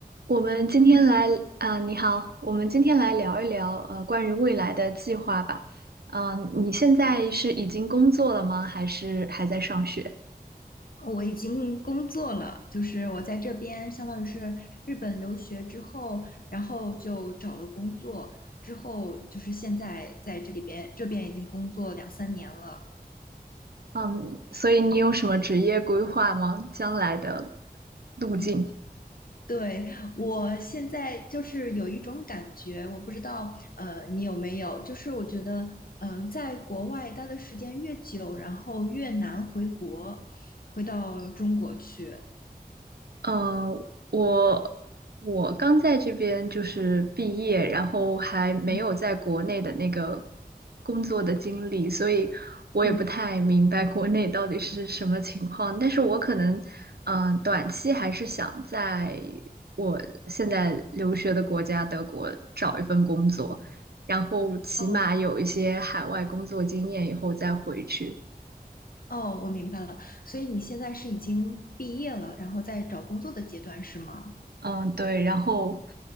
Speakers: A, on the right; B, on the left.
A: 我们今天来啊，
B: 你好，
A: 你好，我们今天来聊一聊呃关于未来的计划吧。嗯，你现在是已经工作了吗？
B: 呃
A: 还是还在上学？
B: 我已经工作了，就是我在这边相当于是日本留学之后，然后就找了工作，之后就是现在在这里边这边已经工作两三年了。
A: 嗯，所以你有什么职业规划吗？将来的路径？
B: 嗯对，我现在就是有一种感觉，我不知道呃你有没有，就是我觉得嗯、呃在国外待的时间越久，然后越难回国，回到中国去。
A: 呃，我我刚在这边就是毕业，然后还没有在国内的那个
B: 嗯
A: 工作的经历，所以我也不太明白国内到底是什么情况。
B: 嗯。
A: 但是我可能，嗯、短期还是想在我现在留学的国家德国找一份工作，然后起码有一些海外工作经验以后再回去。
B: 哦。哦，我明白了。所以你现在是已经毕业了，然后在找工作的阶段是吗？
A: 嗯，对，然后，